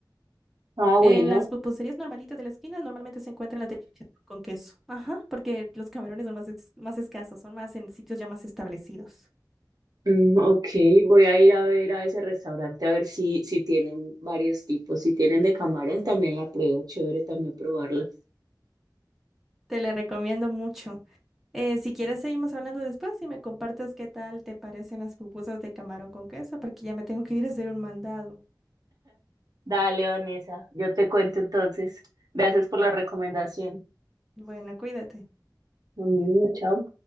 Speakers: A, on the right; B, in the centre.
A: Ah, bueno,
B: En las pupuserías normalitas de la esquina normalmente se encuentran las de chicharrón con queso. Ajá, porque los camarones son más, ex- más escasos, son más en sitios ya más establecidos.
A: Mm, ok, voy a ir a ver a ese restaurante a ver si, si tienen varios tipos. Si tienen de camarón, también la pruebo. Chévere también probarla.
B: Te la recomiendo mucho. Eh, si quieres, seguimos hablando después y me compartes qué tal te parecen las pupusas de camarón con queso, porque ya me tengo que ir a hacer un mandado.
A: Dale, Vanessa, yo te cuento entonces. Gracias por la recomendación.
B: Bueno, cuídate.
A: Lo mismo, chao.